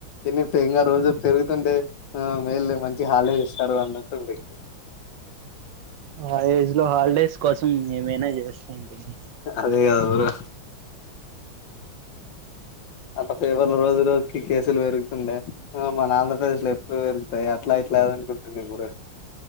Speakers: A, on the left (about 65°); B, on the right (about 70°).
A: ఎన్ని ఇం రోజు పెరు టే ఆ మేల్ మంచి హాలీడేస్ ఇస్తారు అన్నట్టుండయి
B: ఆ ఏజ్ లో హాలిడేస్ కోసం ఏమైనా చేస్తూ ఉంటి మీ
A: అదే కాదా బ్రో అ పేపర్ల రోజు రోజు కేసులు పెరుగుతుండే ఆ మన ఆంధ్రప్రదేశ్ లో ఎప్పుడు పెరుగుతాయి అట్లా ఇట్లా అనుకుంటు మీ ఊర